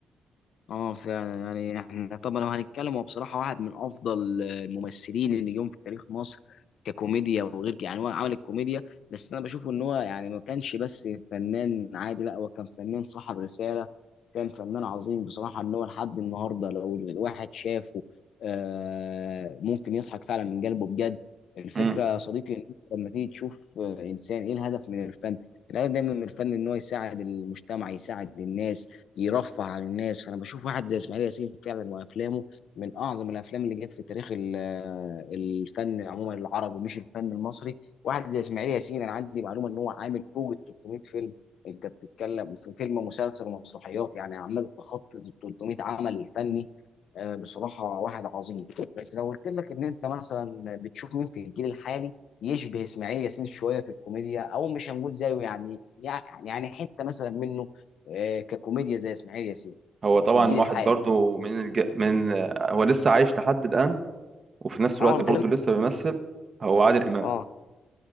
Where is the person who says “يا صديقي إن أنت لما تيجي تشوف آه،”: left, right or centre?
Left